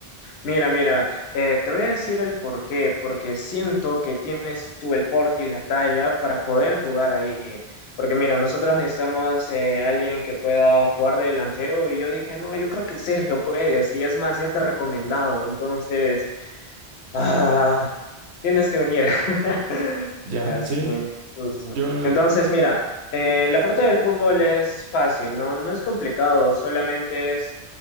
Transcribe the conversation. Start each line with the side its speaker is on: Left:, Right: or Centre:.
Left: Mira, mira, eh, te voy a decir el por qué, porque siento que tienes tú el porte y la talla para poder jugar ahí. Porque mira, nosotros necesitamos eh, alguien que pueda jugar de delantero y yo dije, no, yo creo que Sergio puede, así es más, ya te he recomendado. Entonces... Ah, tienes que venir. <laughs>
Right: Ya,
Left: Ya,
Right: sí,
Left: sí. pues,
Right: yo...
Left: Entonces, mira, eh, la parte del fútbol es fácil, ¿no? No es complicado, solamente es